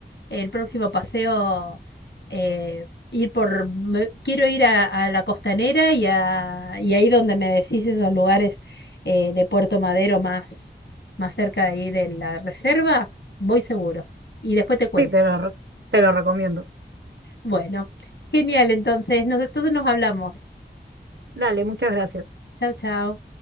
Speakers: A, on the left; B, on the right.
A: el próximo paseo, eh, ir por, me- quiero ir a, a la costanera y, a, y ahí donde me decís esos lugares eh, de Puerto Madero más, más cerca de ahí de la reserva, voy seguro. Y después te cuento.
B: Sí, te lo, re- te lo recomiendo.
A: Bueno, genial, entonces, nos, entonces nos hablamos.
B: Dale, muchas gracias.
A: Chao, chao.